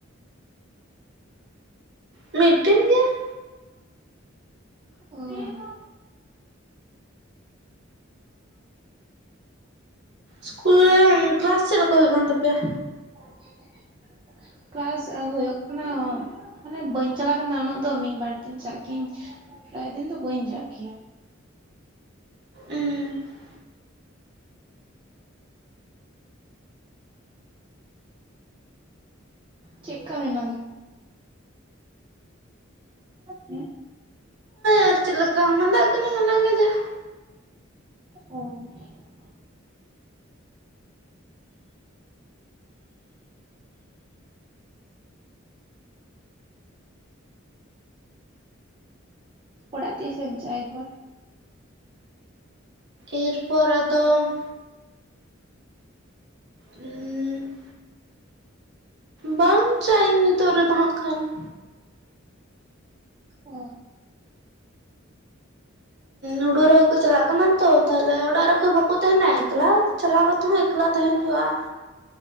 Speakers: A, on the right (about 60°); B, on the right (about 25°).
A: ᱢᱤᱫ ᱴᱮᱱ ᱜᱮ ᱾
B: ᱚᱻ
A: ᱥᱠᱩᱞ ᱨᱮ ᱠᱮᱞᱟᱥ ᱪᱮᱫ ᱞᱮᱠᱟ ᱦᱩᱭᱩᱜ ᱠᱟᱱ ᱛᱟᱯᱮᱭᱟ?
B: <inaudible> ᱠᱮᱞᱟᱥ ᱦᱩᱭᱩᱜ ᱠᱟᱱᱟ, ᱢᱟᱱᱮ ᱵᱟᱹᱧ ᱪᱟᱞᱟᱜ ᱠᱟᱱᱟ ᱩᱱᱟᱹᱜ ᱫᱚ ᱢᱤᱫ ᱵᱟᱨ ᱫᱤᱱ ᱪᱟᱜ ᱜᱤᱭᱟᱹᱧ ᱾ ᱯᱨᱟᱭ ᱫᱤᱱ ᱫᱚ ᱵᱟᱹᱧ ᱪᱟᱜ ᱜᱮᱭᱟ ᱾
A: ᱦᱚᱸᱜᱼᱚᱭ
B: ᱪᱮᱫᱠᱟ ᱢᱮᱱᱟᱢᱟ? ᱦᱮᱸ
A: ᱟᱨ ᱪᱮᱫ ᱞᱮᱠᱟ ᱢᱟᱫᱟᱜ ᱠᱟᱹᱱᱟᱹᱧ ᱚᱱᱟ ᱜᱮ ᱡᱟ ᱾
B: ᱚᱻ ᱚᱲᱟᱜ ᱛᱤᱥ ᱮᱢ ᱪᱟᱜ-ᱟ ᱮᱨᱯᱚᱨ?
A: ᱮᱨᱯᱚᱨ ᱟᱫᱚ ᱩᱸᱻ ᱵᱟᱝ ᱪᱟᱜ ᱤᱧ ᱱᱤᱛᱚᱜ ᱨᱮᱫᱚ ᱦᱟᱸᱜ ᱠᱷᱟᱱ ᱾
B: ᱚ
A: ᱦᱩᱲᱩ ᱨᱚᱭ ᱠᱚ ᱪᱟᱞᱟᱜ ᱠᱟᱱᱟ ᱛᱚ ᱛᱟᱦᱚᱞᱮ ᱚᱲᱟᱜ ᱨᱮ ᱚᱠᱚᱭ ᱦᱚᱸ ᱵᱟᱠᱚ ᱛᱟᱦᱮᱸᱱᱟ ᱾ ᱮᱠᱞᱟ ᱪᱟᱞᱟᱣ ᱠᱟᱛᱮ ᱦᱚᱸ ᱮᱠᱞᱟ ᱛᱟᱦᱮᱸᱱ ᱦᱩᱭᱩᱜ-ᱟ ᱾